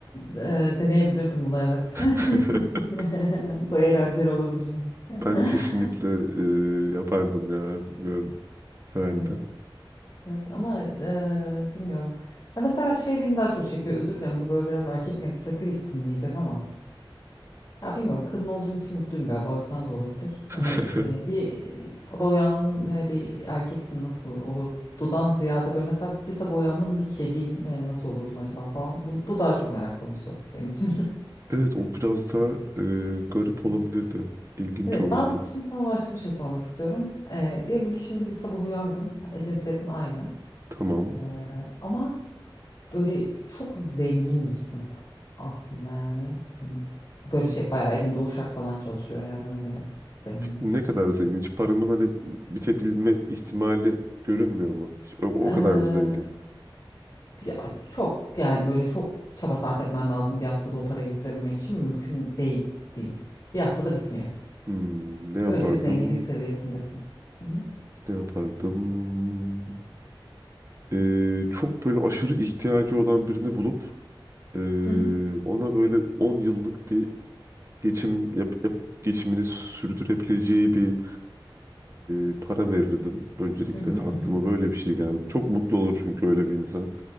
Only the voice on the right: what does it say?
<laughs>
Ben kesinlikle
e, yapardım ya bilmiyorum herhalde.
<laughs>
Evet o biraz da e, garip
olabilirdi. İlginç
olurdu.
Tamam.
Ne kadar zengin? Hiç paramın hani bitebilme ihtimali görünmüyor mu? Hiç O, o
kadar mı zengin?
Hmm, ne yapardım?
Ne yapardım? Ee, çok böyle aşırı ihtiyacı olan birini bulup ee,
ona böyle 10 yıllık bir geçim yap, yap- geçimini sürdürebileceği bir ee, para verirdim öncelikle.
Aklıma
böyle bir şey geldi. Çok mutlu olur çünkü öyle bir insan.